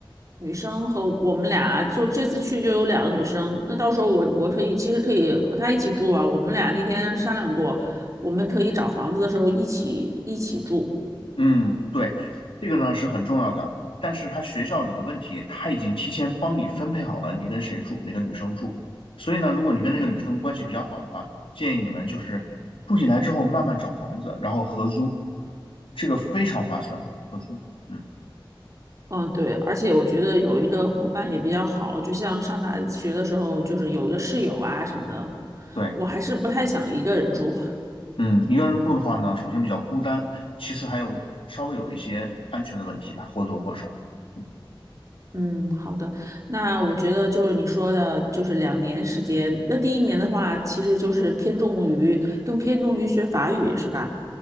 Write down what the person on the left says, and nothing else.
嗯，对，这个呢是很重要的，但是他学校有个问题，他已经提前帮你分配好了你跟谁住，哪个女生住，所以呢，如果你跟那个女生关系比较好的话，建议你们就是住进来之后慢慢找房子，然后合租，这个非常划算，合租。嗯，
对，
嗯，一个人住的话呢，首先比较孤单，其次还有稍微有一些安全的问题吧，或多或少。嗯。